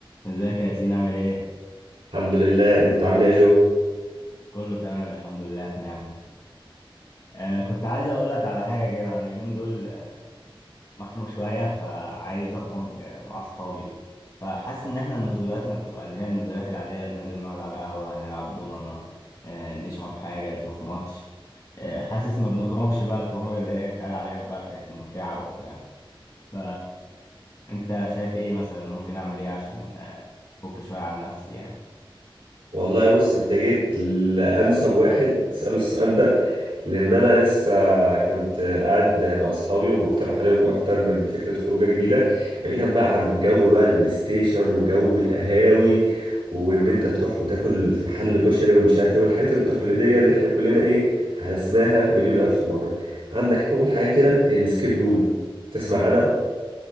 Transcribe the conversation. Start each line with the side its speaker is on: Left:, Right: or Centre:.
Left: ازيك يا ياسين عامل ايه؟
Right: الحمد لله انت عامل ايه يا جو
Left: كله تمام الحمد لله في نعمة آه كنت عايز اقول لك على حاجة كده انا اليومين دول مخنوق شوية فعايز اخرج مع اصحابي فحاسس ان احنا نزولاتنا بتبقى اللي هي النزولات العادية بننزل نقعد على القهوة نلعب دومنة آه نشرب حاجة نشوف ماتش آه حاسس ما بنخرجش بقى الخروج اللي هي اتقال عليها بقى كانت ممتعة وبتاع ف انت شايف ايه مثلا ممكن اعمل ايه عشان آه، افك شوية عن نفسي يعني
Right: والله بص انت جيت لانسب واحد تساله السؤال ده لان انا لسه كنت قاعد مع اصحابي وبقترح عليهم اكتر من فكره خروجه جديده بعيدا بقى عن جو بقى البلاي ستيشن وجو القهاوي وان انت تروح وتاكل في محل كشري ومش عارف ايه والحاجات التقليديه اللي احنا كلنا ايه هرسناها مليون الف مره عندك اول حاجه كده الاسكيب روم تسمع انا